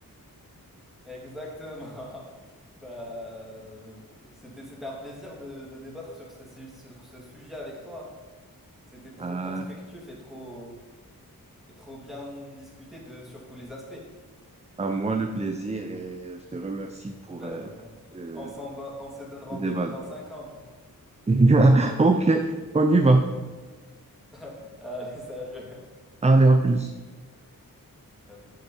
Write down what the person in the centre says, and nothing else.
Exactement. <laughs> Bah, euh, c'était, c'était un plaisir de, de débattre sur ce, su- sur ce sujet avec toi. hein. C'était trop
constructif et trop, et trop bien discuté de, sur tous les aspects.
Bah,
on s'en don- on se donne rendez-vous
dans cinq ans, du coup.
<laughs> Allez, salut.
Allez.